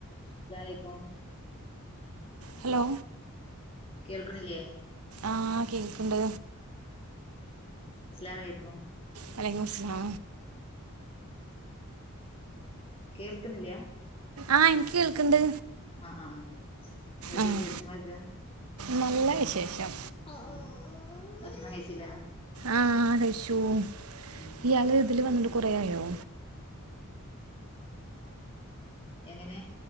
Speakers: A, on the left; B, on the right.
A: അസ്ലാലൈക്കും
B: hello
A: കേൾക്ക്ണില്ലേ
B: ആഹ് കേക്ക്ണ്ട്
A: സ്‌ലാലൈക്കും
B: വലക്കുമുസ്ലാ
A: കേൾക്ക്ണില്ല
B: ആഹ് ഇൻക്ക് കേൾക്ക്ണ്ട്
A: ആഹ് ആഹ് ഇതൊക്കെ
B: ആഹ്
A: വിശേഷങ്ങളൊക്കെ
B: നല്ല വിശേഷം
A: ഉം ഭക്ഷണം കഴിച്ചിലെ
B: ആഹ് ലശു
A: ഉം
B: ഇയാള് ഇതില് വന്നിട്ട് കൊറെയായോ
A: <inaudible> എങ്ങനെ